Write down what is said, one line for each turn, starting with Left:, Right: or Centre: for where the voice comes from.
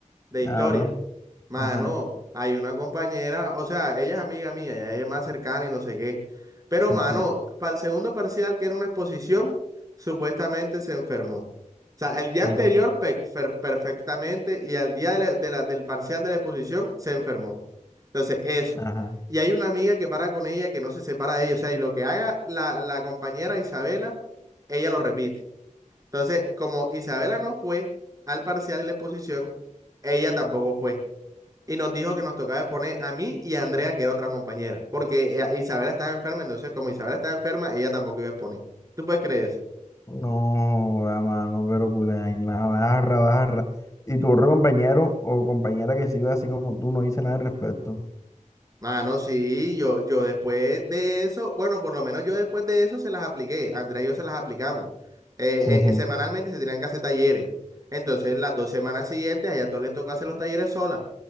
Right: de
Left: Claro.
Right: historia. Mano,
Left: Ajá.
Right: hay una compañera, o sea, ella es amiga mía, ya es más cercana y no sé qué. Pero,
Left: Sí,
Right: mano,
Left: sí.
Right: para el segundo parcial, que era una exposición, supuestamente se enfermó. O sea, el día
Left: ujú,
Right: anterior pe- fer- perfectamente y al día de la- de la- del parcial de la exposición se enfermó. Entonces, eso.
Left: Ajá.
Right: Y hay una amiga que para con ella, que no se separa de ella. O sea, y lo que haga la, la compañera Isabela, ella lo repite. Entonces, como Isabela no fue al parcial de la exposición, ella tampoco fue y nos dijo que nos tocaba poner a mí y a Andrea, que era otra compañera, porque eh, Isabela estaba enferma, entonces como Isabela estaba enferma, ella tampoco iba a exponer. ¿Tú puedes creer eso?
Left: No, a mano, pero culé, ay, nada, barra, barra. Y tu otro compañero o compañera que se iba así como tú no dice nada al respecto.
Right: Mano, sí, yo, yo después de eso, bueno, por lo menos yo después de eso se las apliqué, Andrea y yo se las aplicamos. Eh,
Left: Ujú.
Right: eh, eh, semanalmente se tenían que hacer talleres. Entonces, las dos semanas siguientes, a ellas dos les tocó hacer los talleres solas.